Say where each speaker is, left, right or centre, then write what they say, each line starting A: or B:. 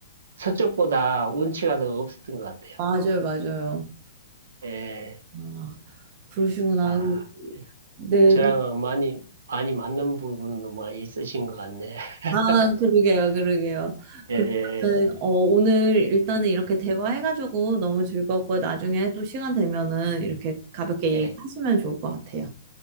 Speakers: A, on the right (about 75°); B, on the right (about 45°).
A: 서쪽보다 운치가 더 없었던 것 같아요.
B: 맞아요, 맞아요.
A: 예,
B: 아, 그러시구나.
A: 아,
B: 네.
A: 저랑은
B: 그-
A: 많이, 많이 맞는 부분도 많이 있으신 것 같네. <laughs>
B: 아, 그러게요, 그러게요.
A: 예,
B: 그러면은
A: 예,
B: 어, 오늘 일단은 이렇게 대화해가지고 너무 즐겁고 나중에 또 시간 되면은 이렇게 가볍게
A: 예,
B: 얘기하시면 좋을 것 같아요.